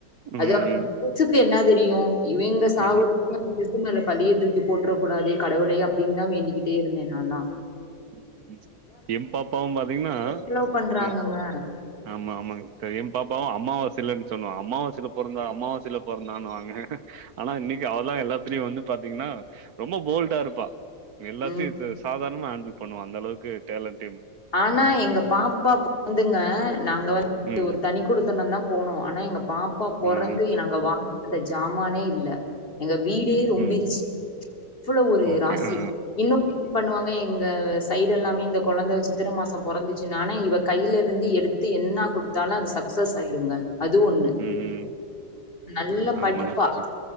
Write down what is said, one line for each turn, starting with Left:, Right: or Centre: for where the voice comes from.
Right: ம்
Left: அது அந்த <inaudible> என்னா தெரியு இவிங்க சாவறதுக்கு
Right: ம் ம்
Left: அந்த சிசு மேல பழிய தூக்கி போட்ற கூடாதே கடவுளே அப் டின் தா வேண்டிகிட்டே இருந்தே நாலா
Right: ம் எம்பாப்பாவு பாத்திங்கனா
Left: எவ்ளோ பண்றாங்கங்க
Right: அ ஆமா ஆமாங்க ப்ப எம்பாப்பாவு அம்மாவாசைல சொல்வாங் அம்மாவாசைல பொறந்தா அம்மாவாசைல பொறந்தான் வாங்க ஆனா இன்னைக்கு அவதா எல்லாத்துலயு வந்து பாத்திங்னா னா ரொம்ப போல்டா இருப்பா எல்லாத்தையு
Left: ம்
Right: ச சாதாரணமா ஹேண்டில் பண்ணுவா அந்தளவுக்கு டேலண்
Left: ஆனா எங்க பாப்பா பொறந்துங்க நாங்க வந்து
Right: ம்
Left: ஒரு தனி குடித்தனந்தா போனோ ஆனா எங்க பாப்பா பொறந்து
Right: ம் ம்
Left: நாங்க வாங்காத ஜாமானே இல்ல எங்க வீடே ரொம்பிருச்சு
Right: ம் ம்
Left: அவ்ளோ ஒரு
Right: ஓகே
Left: ராசி
Right: ஆ
Left: இன்னு ஃபீல் பண்ணுவாங்க எங்க சைடு எல்லாமே இந்த கொழந்த சித்திர மாச பொறந்துச்சுன் ஆனா இவ கையிலிருந்து எடுத்து என்னா குடுத் தாலு அது சக்சஸ் ஆயிருங்க அது ஒண்ணு
Right: ம் ம்
Left: நல்ல
Right: ம்
Left: படிப்பா
Right: ஆமாங்க சிஸ்டர்